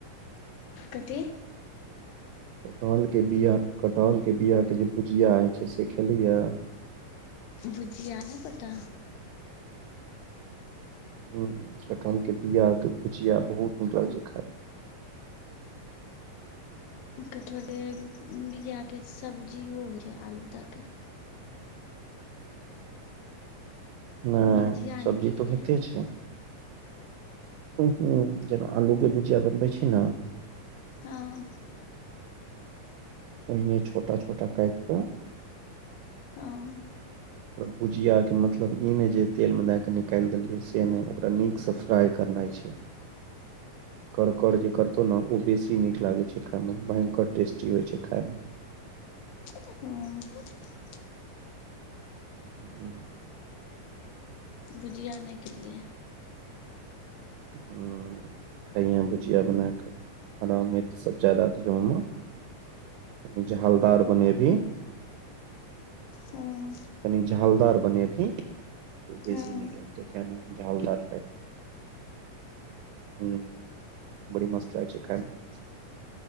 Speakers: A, on the left; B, on the right.
A: कथी?
B: कटहल के बिआ-कटहलके बिआ के जे भुजिया हइ छै से खेलहीये?
A: भुजिया नै पता।
B: हूं, कटहल के बिआ क भुजिया बहुत नीक लागै छै खाय म।
A: कठहर के बीआ के सब्जीयो होइ छै आलू दे के।
B: नै,
A: भुजिया नहि
B: सब्जी
A: खेलियै
B: तऽ होइते छै। हुं-हूँ, जेना आलूके भुजिया बनबै छी ने?
A: हँ
B: ओहिने छोटा-छोटा कैट कऽ
A: हँ
B: ओकरा भुजिया के मतलब ई ने जे तेल में दे के निकाइल देलिये से नजर ओकरा नीक से फ्राई करनाइ छै। <unintelligible> कड़कड़ जे करतौ न ओ बेसी नीक लागै छै खाय म भयं्कर टेस्टी होइ छै खाय म।
A: कों
B: हूँ।
A: भुजिया नै खेलियैए।
B: हूँ। खइहें भुजिया बनाकऽ हरा मिर्च सब ज्यादा दिह ओ मॅ। तनी जहलदार बनेभी।
A: हँ
B: कनि झालदार बने भी। तऽ बेसी
A: हँ
B: नीक रहतौ तें न झालदार टैप क हुँ, बड़ी मस्त लागै छै खै म।